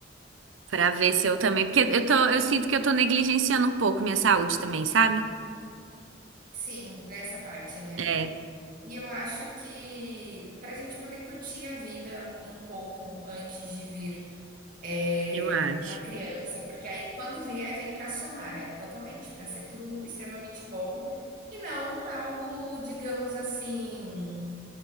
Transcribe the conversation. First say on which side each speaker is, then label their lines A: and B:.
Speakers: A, on the right; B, on the right.
A: pra ver se eu também, porque eu tô, eu sinto que eu tô negligenciando um pouco minha saúde também, sabe?
B: Sim, nessa parte, né?
A: É,
B: E eu acho que para a gente poder curtir a vida um pouco antes de vir é,
A: eu acho.
B: uma criança, porque aí quando vier, vem para somar, né? Totalmente, para ser tudo extremamente bom e não algo, digamos assim,